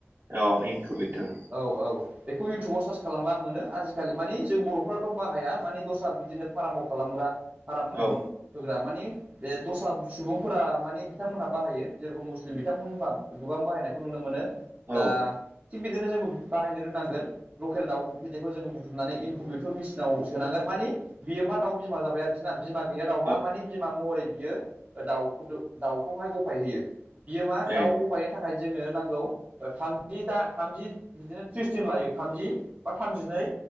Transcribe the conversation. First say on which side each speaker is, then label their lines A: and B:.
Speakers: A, on the right; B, on the right.
A: औ इनकुबेटर
B: औ औ बेखौ इउटुबाव सार्च खालामबा मोनो आजिखालि मानि जों बर'फ्राथ' बाहाया मानि दस्रा बिदिनो फार्माव खालामग्रा फार्म
A: औ
B: होग्रा मानि बे दस्रा सुबुंफोरा माने बिथांमोनहा बाहायो जेरेखम मुस्लिम बिथांमोनबा गोबां बाहायनायखौ नुनो मोनो दा
A: औ
B: थिग बिदिनो जोंबो बाहायनो रोंनांगोन। लकेल दाउ बिदैखौ जोङो बुथुमनानै इनकुबेटर मेसिनाव सोनांगोन मानि बियो मा दाउ बिमा जाबाय आरोखि ना बिमा गै दाउहा
A: औ
B: मानि बिमा महरै बियो दाउखौ दो दाउखौ हाय गफाय होयो। बियो मा दाउ
A: ए
B: गफायनि थाखाय जोङो नांगौ ओ थामजि दा थामजि बिदिनो थ्रिस दिन लायो थामजि बा थामजिनै